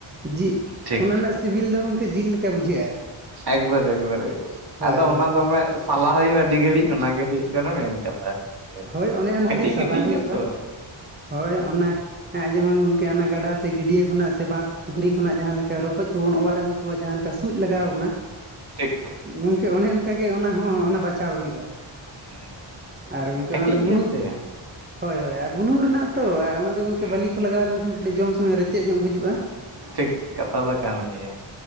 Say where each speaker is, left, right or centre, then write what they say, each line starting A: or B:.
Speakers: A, on the right; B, on the right.
A: ᱡᱤᱞ
B: ᱴᱷᱤᱠ
A: ᱚᱱᱟ ᱨᱮᱱᱟᱜ ᱥᱤᱵᱤᱞ ᱫᱚ ᱜᱚᱢᱠᱮ ᱡᱤᱞ ᱞᱮᱠᱟ ᱵᱩᱡᱷᱟᱹᱜᱼᱟ᱾
B: ᱮᱠᱵᱟᱨ ᱮᱠᱵᱟᱨ
A: ᱦᱳᱭ
B: ᱟᱫᱚ
A: ᱦᱳᱭ
B: ᱚᱱᱟ ᱫᱚᱢᱮ ᱥᱟᱞᱟ ᱦᱩᱭᱩᱜᱼᱟ ᱟᱹᱰᱤ ᱜᱷᱟᱹᱲᱤᱡ ᱚᱱᱟ ᱜᱮ ᱦᱩᱭᱩᱜ ᱠᱟᱱᱟ ᱢᱮᱱ ᱠᱟᱛᱷᱟ᱾ ᱦᱮᱸᱥᱮ
A: ᱦᱳᱭ ᱚᱱᱮ ᱚᱱᱟ
B: ᱠᱟᱹᱴᱤᱡ
A: ᱜᱮ ᱥᱟᱞᱟ
B: ᱠᱟᱹᱴᱤᱡ
A: ᱦᱩᱭᱩᱜᱼᱟ᱾
B: ᱜᱮᱭᱟ ᱛᱚ
A: ᱦᱳᱭ ᱚᱱᱟ ᱡᱮᱢᱚᱱ ᱜᱚᱝᱠᱮ ᱚᱱᱟ ᱜᱟᱰᱟ ᱥᱮ ᱜᱟᱹᱰᱭᱟᱹ ᱠᱷᱚᱱᱟᱜ ᱥᱮ ᱵᱟᱸᱫᱽ ᱯᱩᱠᱷᱨᱤ ᱠᱷᱚᱱᱟᱜ ᱡᱟᱦᱟᱸ ᱞᱮᱠᱟ ᱨᱚᱠᱚᱡ ᱠᱚᱵᱚᱱ ᱚᱣᱟᱨ ᱟᱹᱜᱩ ᱠᱚᱣᱟ ᱡᱟᱦᱟᱸ ᱞᱮᱠᱟ ᱥᱩᱡ ᱞᱟᱜᱟᱣ
B: ᱦᱳᱭ
A: ᱵᱚᱱᱟ
B: ᱴᱷᱤᱠ
A: ᱜᱚᱝᱠᱮ ᱚᱱᱮ ᱚᱱᱠᱟᱜᱮ ᱚᱱᱟ ᱦᱚᱸ ᱚᱱᱟ ᱵᱟᱪᱷᱟᱣ ᱦᱩᱭᱩᱜᱼᱟ᱾
B: ᱦᱮᱸ
A: ᱟᱨ ᱜᱚᱝᱠᱮ
B: ᱠᱟᱹᱴᱤᱡ
A: ᱚᱱᱟ ᱫᱚ
B: ᱜᱮᱭᱟ
A: ᱵᱩᱱᱩᱢ
B: ᱥᱮ
A: ᱦᱳᱭ ᱦᱳᱭ ᱟᱨ ᱵᱩᱱᱩᱢ ᱨᱮᱱᱟᱜ ᱛᱚ ᱟᱨ ᱚᱱᱟ ᱟᱫᱚ
B: ᱦᱮᱸ
A: ᱜᱚᱢᱠᱮ ᱵᱟᱹᱞᱤ ᱠᱚ ᱞᱟᱜᱟᱣ ᱞᱮᱱᱠᱷᱟᱱ ᱠᱟᱹᱴᱤᱡ ᱡᱚᱢ ᱥᱚᱢᱚᱭ ᱨᱮᱪᱮᱫ ᱧᱚᱜ ᱵᱩᱡᱩᱜᱼᱟ᱾
B: ᱴᱷᱤᱠ ᱠᱟᱛᱟ ᱫᱚ ᱠᱟᱱ ᱜᱮᱭᱟ᱾